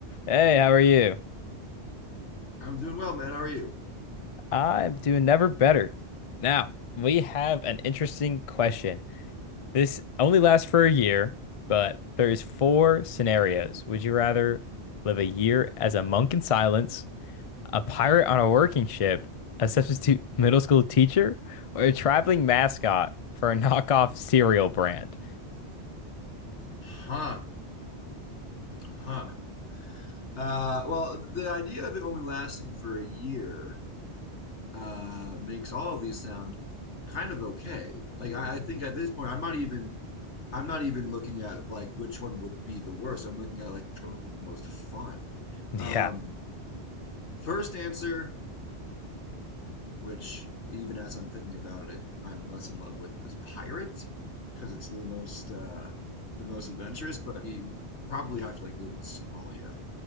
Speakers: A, on the left (about 50°); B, on the left (about 80°).
A: Hey, how are you?
B: I'm doing well, man. How are you?
A: I'm doing never better. Now, we have an interesting question. This only lasts for a year, but there's four scenarios. Would you rather live a year as a monk in silence, a pirate on a working ship, a substitute <laughs> middle school teacher, or a traveling mascot for a knockoff cereal brand?
B: Huh. Huh. Uh, well, the idea of it only lasting for a year uh, makes all of these sound kind of okay. Like I, I think at this point, I'm not even I'm not even looking at like which one would be the worst. I'm looking at like which one would be the most fun.
A: <laughs> Yeah.
B: Um, first answer, which even as I'm thinking about it, I'm less in love with, was pirate because it's the most uh, the most adventurous. But you probably have to like live in Somalia